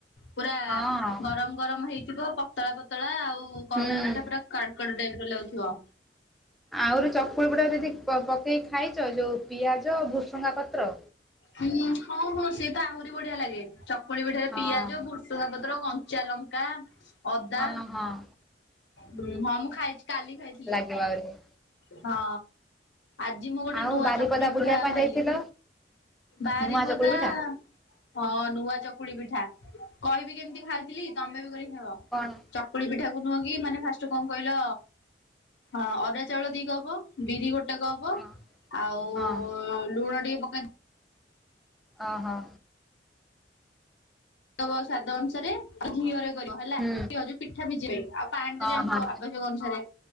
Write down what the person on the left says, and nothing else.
ପୁରା
ଗରମ ଗରମ ହେଇଥିବ। ପତଳା ପତଳା ଆଉ କହନ୍ତୁ
ସେଇଟା ପୁରା କଡୁକାଡୁ ଟାଇପ ର ଲାଗୁଥିବ।
ହୁଁ ହୋଉ ହୋଉ ସିଏ ତ ଆହୁରି ବଢିଆ ଲାଗେ ଚକୁଳି ପିଠରେ
ପିଆଜ ବୁ ଭେସୁଙ୍ଗା ପତ୍ର କଞ୍ଚା ଲଙ୍କା ଅଦା
ହଁ ମୁଁ ଖାଇଛି କାଲି ଖାଇଥିଲି।
ହଁ ଆଜି ମୁଁ ଗୋଟେ
ନୂଆ
ଚକୁଳି
ପିଠା
ଖାଇଲି।
ବାରିବଦା।
ହଁ ନୂଆ ଚକୁଳି ପିଠା କହିବି କେମିତି ଖାଉଥିଲି ତମେ ବି କରିକି ଖାଇବ।
ଚକୁଳି ପିଠା କୁ ନୁହକି ମାନେ ଫାଷ୍ଟ କଣ କହିଲ ଅରୁଆ ଚାଉଳ ଦିକପ୍ ବିରି ଗୋଟେ ବଟାକୁହଵ
ଆଉ
ଲୁଣ ଟିକେ ପକେଇଦେ
ଦବସାଦ ଅନୁସାରେ ଘିଅରେ ହେଲା
କିଏ ହ ପିଠା ପିଝିବ ଆଉ ପାଣି
ତ ଜାଣିଥିବ
ଆବଶ୍ୟକ ଅନୁସାରେ